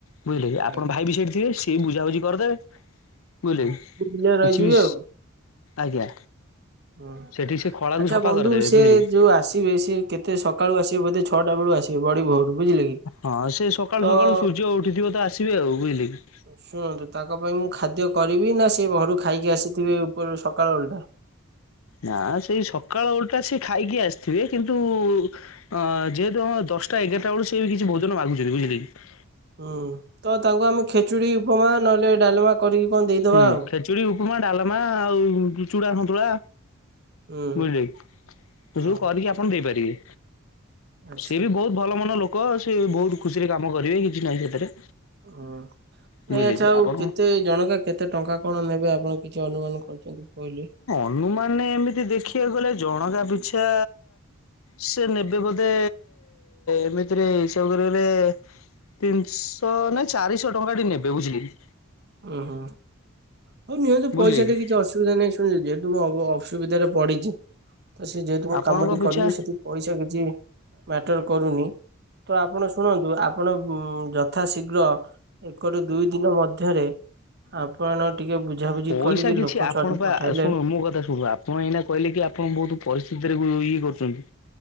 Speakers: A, on the left; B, on the right.
A: ବୁଝିଲେ କି, ଆପଣ
B: ଆଜ୍ଞା
A: ଭାଇ ବି ସେଇଠି ଥିବେ ସେ କି ବୁଝାବୁଝି କରିଦେବେ, ବୁଝିଲେ
B: ହୁଁ
A: କି?
B: ମୁଁ ବିଲରେ ରହିଯିବି
A: କିଛି ବି
B: ଆଉ
A: ଆଜ୍ଞା।
B: ହୁଁ।
A: ସେଠି ସେ ଖଳାକୁ
B: ଆଚ୍ଛା
A: ସଫା
B: ବନ୍ଧୁ,
A: କରିଦେବେ
B: ସେ
A: ବୁଝିଲେ କି।
B: ଯୋଉ ଆସିବେ, ସେ କେତେ ସକାଳୁ ଆସିବେ ବୋଧେ ଛଅଟାବେଳୁ ଆସି ବେ ବଡି ଭୋରୁ ବୁଝିଲେ କି
A: ହଁ, ସେ ସକାଳୁ
B: ତ
A: ସକାଳୁ ସୂର୍ଯ୍ୟ ଉଠିଥିବ ତ ଆସିବେ ଆଉ ବୁଝିଲେ କି?
B: ଶୁଣନ୍ତୁ। ତାଙ୍କ ପାଇଁ ମୁଁ ଖାଦ୍ୟ କରିବି ନା, ସେ ଘରୁ ଖାଇକି ଆସିଥିବେ ଉପର ସକାଳ ଓଳିଟା?
A: ନା, ସେଇ ସକାଳ ଓଳିଟା ସିଏ ଖାଇକି ଆସିଥିବେ, କିନ୍ତୁ ଅଁ ଯେହେତୁ ହଁ ଦଶଟା ଏଗାରଟା ବେଳୁ ସିଏ ବି କିଛି ଭୋଜନ ମାଗୁଛନ୍ତି, ବୁଝିଲେ କି?
B: ହୁଁ, ତ ତାଙ୍କୁ ଆମେ ଖେଚୁଡି, ଉପମା, ନହେଲେ ଡାଲମା କରିକି କଣ ଦେଇଦବା
A: ହୁଁ।
B: ଆଉ।
A: ଖେଚୁଡି, ଉପମା, ଡାଲମା ଆଉ ଚୁଡ଼ା ସନ୍ତୁଳା
B: ହୁଁ
A: ବୁଝିଲେ କି, ସେସବୁ
B: ହଉ
A: କରିକି ଆପଣ ଦେଇପାରିବେ।
B: ଆଚ୍ଛା
A: ସିଏ ବି ବହୁତ ଭଲ ମନ ଲୋକ, ସିଏ ବହୁତ ଖୁସିରେ କାମ କରିବେ, କିଛି ନାହିଁ ସେଥିରେ
B: ହୁଁ।
A: ବୁଝିଲେ
B: ନାଇଁ ଆଚ୍ଛା
A: କି
B: ଆଉ
A: ଆପଣ
B: କେତେ ଜଣକା କେତେ ଟଙ୍କା କଣ ନେବେ ଆପଣ କିଛି ଅନୁମାନ କରି ରିକି କହିଲେ?
A: ଅନୁମାନେ ଏମିତି ଦେଖିବାକୁ ଗଲେ, ଜଣକା ପିଛା ସେ ନେବେ ବୋଧେ, ଏମିତିରେ ହିସାବ କରିବାକୁ ଗଲେ ତିନିଶ ନାଇଁ ଚାରିଶ ଟଙ୍କା ଏଠି ନେବେ ବୁଝିଲେ କି?
B: ଉଁ ହୁଁ ହଉ ନିଅନ୍ତୁ
A: ବୁଝିଲେ
B: ପଇସା
A: କି
B: ଟେ କିଛି ଅସୁବିଧା ନାହିଁ ଯେହେତୁ ମୁଁ ଅ ଅସୁବିଧାରେ ପଡିଛି ତ ସେ ଯେହେତୁ
A: ଆପଣଙ୍କ
B: ମୋ କାମ ଟି
A: ପିଛା
B: କରିବି ସେଠି ପଇସା କିଛି ମ୍ୟାଟର କରୁନି ତ ଆପଣ ଶୁଣନ୍ତୁ ଆପଣ ଉଁ ଜ ଯଥା ଶୀଗ୍ର ଏକରୁ ଦୁଇ ଦିନ ମଧ୍ୟରେ ଆପଣ ଟିକେ ବୁଝାବୁଝି
A: ପଇସା
B: କରିକି
A: କିଛି
B: ଲୋକ
A: ଆପଣ
B: ଛୁଆ ଟ
A: ପା
B: ପଠାଇଲେ
A: ଶୁଣ ମୋ କଥା ଶୁଣୁ ଆପଣ ଏଇନା କହିଲେ କି ଆପଣ ବହୁତ୍ ପରିସ୍ଥିତିରେ ଉ ଇଏ କରୁଛନ୍ତି